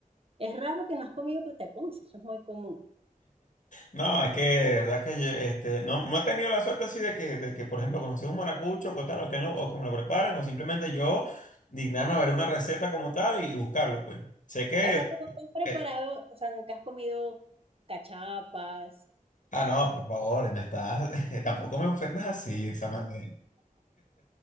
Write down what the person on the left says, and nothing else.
No, es que de verdad que yo, este, no, no he tenido la suerte así de que, de que por ejemplo, conocer un maracucho o tal, o que, lo- o que me lo preparen, o simplemente yo dignarme a ver una receta como tal y, buscarlo, pues. Sé que...
eh,
ah, no, por favor, me estás... <laughs> tampoco me ofendas así, Samantha.